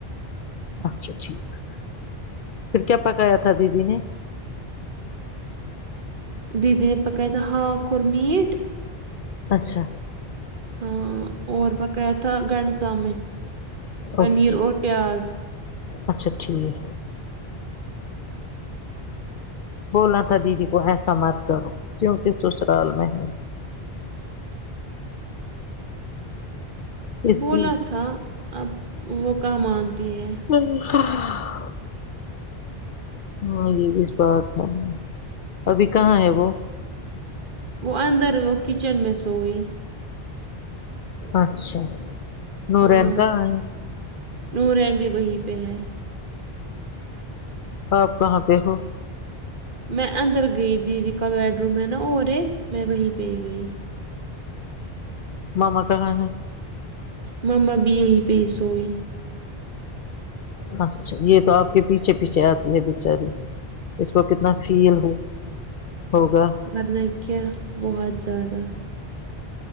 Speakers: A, on the left; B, on the right.
A: اچھا ٹھیک ہے پھر کیا پکایا تھا دیدی نے
B: دیدی نے پکائی تھا ہاک اور میٹ
A: اچھا
B: ہاں اور بقایا تھا گنڈ چاؤمن پنیر
A: اوکے
B: اور پیاز
A: اچھا ٹھیک بولنا تھا دیدی کو ایسا مت کرو کیونکہ سسرال میں ہے اس
B: بولا
A: لیے
B: تھا اب وہ کہاں مانتی ہے
A: <unintelligible> ہاں یہ بھی بات ہے ابھی کہاں ہے وہ
B: وہ اندر وہ کچن میں سوئی
A: اچھا نوران
B: ہاں
A: کہا ہے
B: نورین بھی وہیں پہ ہے
A: آپ کہاں پہ ہو
B: میں اندر گئی دیدی کا بیڈ روم ہے نا اور ایک میں وہیں پہ گئی
A: ماما کہاں ہیں
B: مما بھی یہی پہ سوئی
A: اچھا یہ تو آپ کے پیچھے پیچھے آتی ہے بچاری اس کو کتنا فیل ہو ہوگا
B: ورنا کیا بہت زیادہ